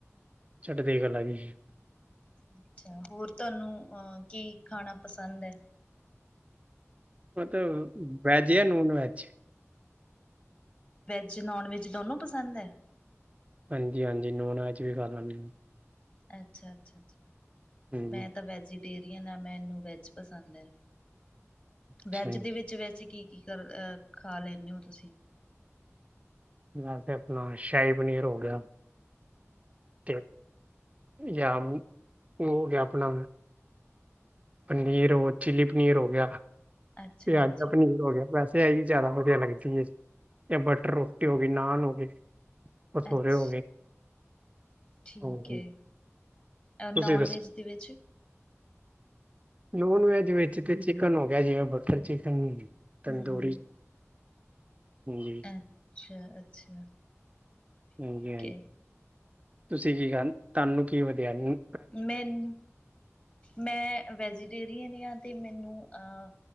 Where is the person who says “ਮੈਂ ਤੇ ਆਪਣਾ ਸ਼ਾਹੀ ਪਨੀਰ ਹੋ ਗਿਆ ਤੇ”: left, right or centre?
Right